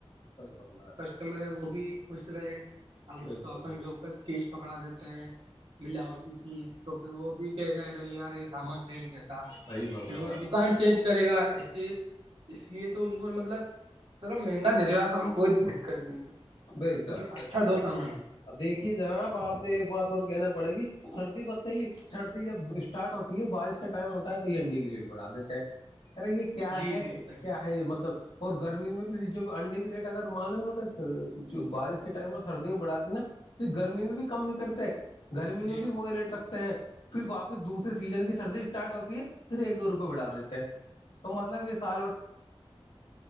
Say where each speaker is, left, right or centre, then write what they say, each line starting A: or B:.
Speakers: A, on the left; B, on the right.
A: صحیح فرمایا آپ
B: <unintelligible> <unintelligible> میرے وہ بھی خوش رہے اب
A: نے
B: اس
A: بے
B: کو
A: شک
B: اپن
A: بے
B: لوگل
A: شک
B: چیز پکڑا دیتے ہیں ملاوٹ کی چیز تو پھر وہ بھی کہے گا ل یار یہ سامان سے
A: صحیح فرمایا
B: پھر وہ
A: آپ
B: دکان
A: نے
B: چینج کرے گا اس کہ اس لیے تو ان کو مطلب چلو مہنگا دے دے گاسا کوئی دقت نہیں
A: <unintelligible>
B: تو پھر اچھا دو سامان
A: دیکھیے جناب آپ نے ایک بات اور کہنا پڑے گی سردی ب ہی سردی جب اسٹارٹ ہوتی ہے بارش کا ٹائم ہوتا ہے تو یہ انین ڈی گریٹ بڑھا دیتے ہیں ارے یہ کیا
B: جی
A: ہے
B: جی سر
A: کیا مطلب اور گرمی میں بھیھر جو انڈے کے ریٹ اگر مان لیں انہ نے جو بارش کے ٹائم پر سردی میں بڑھاتی نا تو گرمی میں بھی کم نہیں کرتے گرمی میں
B: جی
A: بھی وہی ریٹ رکھ پھر واپس دوسرے سیزن کی سردی اسٹارٹ ہوتی ہے پھر ایک دو روپئے بڑھا دیتے ہیں <unintelligible> نہیں